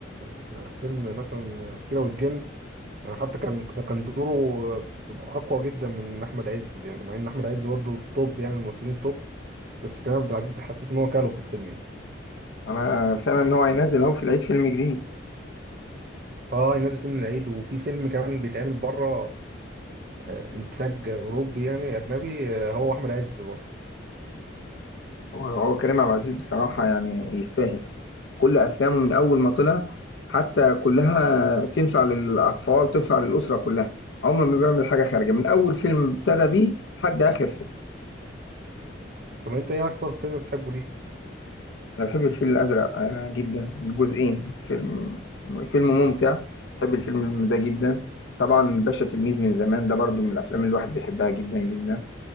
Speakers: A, on the right; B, on the left.
A: في فيلم مثلا كيرة والجن يعني حتى كان ده كان دوره في- أقوى جدا من أحمد عز يعني مع إن أحمد عز برضه توب يعني الممثلين توب بس كريم عبد العزيز حسيت إن هو كاله في الفيلم يعني
B: انا سامع ان هو هينزل اهو في العيد فيلم جديد
A: اه نازل فيلم العيد وفي فيلم كمان بيتعمل بره آه، إنتاج أوروبي يعني أجنبي آه، هو أحمد عز برضه
B: هو هو كريم عبد العزيز بصراحه يعني يستاهل كل افلامه من اول ما طلع حتى كلها تنفع للاطفال تنفع للاسره كلها عمره ما بيعمل حاجه خارجه من اول فيلم ابتدى بيه لحد اخر فيلم
A: طب أنت إيه أكتر فيلم بتحبه ليه؟
B: انا بحب الفيل الازرق آه، جدا الجزئين فيلم فيلم ممتع بحب الفيلم ده جدا طبعا الباشا تلميذ من زمان ده برضو من الافلام اللي الواحد بيحبها جدا جدا